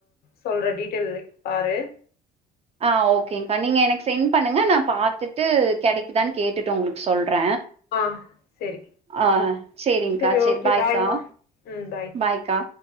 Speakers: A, on the left; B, on the right.
A: சொல்றேன் டீடெய்ல் பாரு
B: ஆ ஓகேங்க்கா நீங்க யெனக்கு சென்ட் பண்ணுங்க நா பாத்துட்டு கெடைக்குதான்னு கேட்டுட்டு உங்களுக்கு சொல் ற
A: ஆ சரி
B: ஆ சரி்ங்க்கா
A: சரி
B: செரி
A: ஓகே
B: பாய்கா
A: பாய்மா ம் பாய்
B: பாய்கா